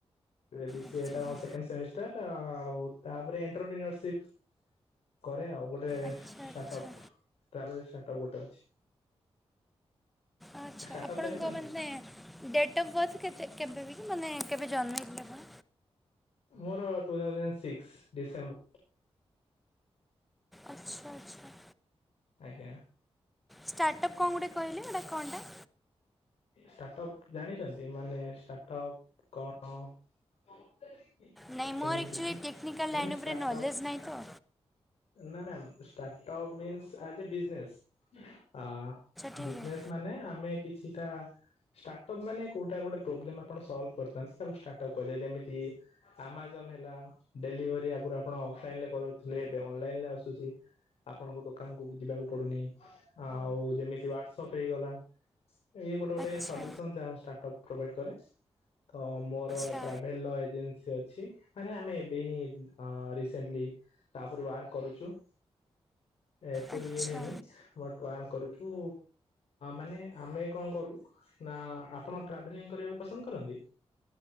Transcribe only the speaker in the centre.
ଆଚ୍ଛା।
ଆଚ୍ଛା
ଆଚ୍ଛା
ଆଚ୍ଛା
ଆପଣଙ୍କ
ମାନେ ଡେଟ୍ ଅଫ୍ ବାର୍ଥ କେତେ କେବେ ବି କି ମାନେ କେବେ ଜନ୍ମ ହେଇଥିଲେ?
ଆଚ୍ଛା ଆଚ୍ଛା।
ଷ୍ଟାର୍ଟଅପ କଣ ଗୋଟେ କହିଲେ ଏଟା କଣଟା?
ନାଇଁ
ମୋର ଆକ୍ଚୁଲି
ଟେକ୍ନିକାଲ
ଲାଇନ
ଉପରେ ନଲେଜ ନାହିଁ ତ।
ଠିକ୍
ଅଛି।
ଆଚ୍ଛା
ଆଚ୍ଛା
ଆଚ୍ଛା